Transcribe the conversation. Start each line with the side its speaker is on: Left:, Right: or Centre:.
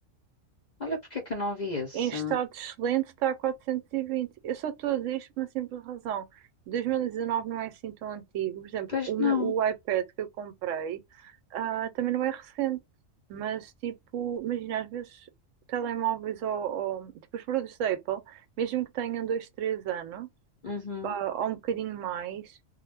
Left: Olha porque é que eu não vi esse.
Right: Em estado excelente está a 420. Eu só estou a dizer isto por uma simples razão. 2019 não é assim tão antigo. Por exemplo,
Left: Pois
Right: o, meu-
Left: não.
Right: o iPad que eu comprei, ah, também não é recente. Mas, tipo, imagina, às vezes telemóveis ou, ou- tipo os produtos da Apple, mesmo que tenham dois três anos,
Left: Uhum,
Right: ah, ou um bocadinho mais,